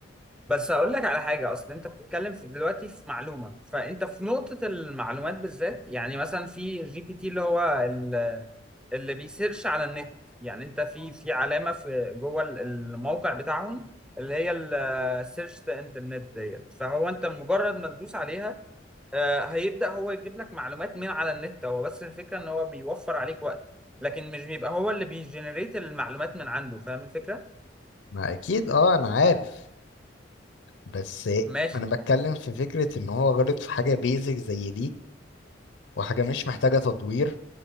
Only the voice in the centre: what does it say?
بس هقول لك على حاجه اصل انت بتتكلم في دلوقتي في معلومه فانت في نقطه المعلومات بالذات يعني مثلا في جي بي تي اللي هو ال- اللي بيسيرش على النت يعني انت في في علامه في جوه ال- الموقع بتاعهم اللي هي السيرش ذا انترنت ديت فهو انت مجرد ما تدوس عليها آه، هيبدأ هو يجيب لك معلومات من على النت هو بس الفكرة ان هو بيوفر عليك وقت لكن مش بيبقى هو اللي بيجنريت المعلومات من عنده فاهم الفكرة؟
ماشي